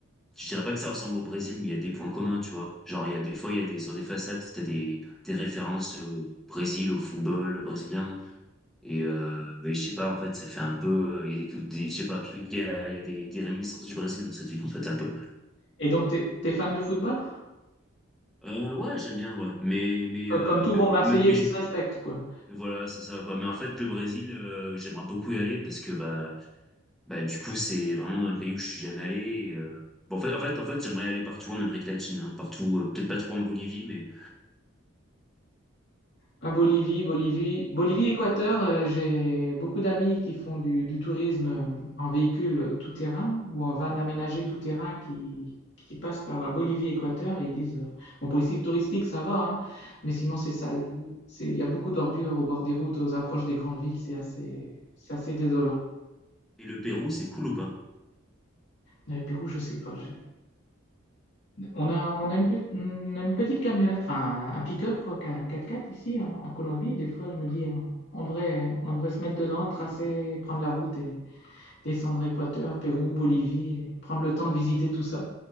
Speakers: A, in the centre; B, on the left.
A: je dirais pas que ça ressemble au Brésil, mais il y a des points communs, tu vois. Genre, il y a des fois, il y a des sur des façades, t'as des des références au Brésil, au football brésilien. Et, euh, et je sais pas, en fait, ça fait un peu. euh, Il y a des, cult- des- je sais pas, je trouve qu'il y a, il y a des, des réminiscences du Brésil dans cette ville, en fait, un peu.
B: Et donc, t'es, t'es fan de football?
A: Euh, ouais, j'aime bien, ouais. Mais, mais,
B: Co-
A: euh,
B: Comme tout
A: mais,
B: bon Marseillais
A: mais, mais
B: qui
A: je-
B: se respecte, quoi.
A: voilà, c'est ça, quoi. Mais en fait, le Brésil, euh, j'aimerais beaucoup y aller parce que, bah, bah, du coup, c'est vraiment un pays où je suis jamais allé. et, euh, bon, en fait, en fait, en fait, j'aimerais aller partout en Amérique latine, hein, partout, euh, peut-être pas trop en Bolivie, mais.
B: Ah, Bolivie, Bolivie, Bolivie, Équateur, euh, j'ai beaucoup d'amis qui font du, du tourisme euh, en véhicule tout-terrain ou en van aménagé tout-terrain qui, qui passent par Bolivie, Équateur et ils disent, euh, bon pour les sites touristiques ça va, hein, mais sinon c'est sale. C'est, il y a beaucoup d'ordures au bord des routes, aux approches des grandes villes, c'est assez, c'est assez désolant.
A: Et le Pérou, c'est cool ou pas?
B: Mais Le Pérou, je sais pas, je- On a, on a une, pe- on a une petite camionnette, enfin un pick-up quoi, qu'a- 4x4 ici en, en Colombie. Et des fois, je me dis, on, on devrait, on devrait se mettre dedans, tracer, prendre la route et descendre Équateur, Pérou, Bolivie, et prendre le temps de visiter tout ça.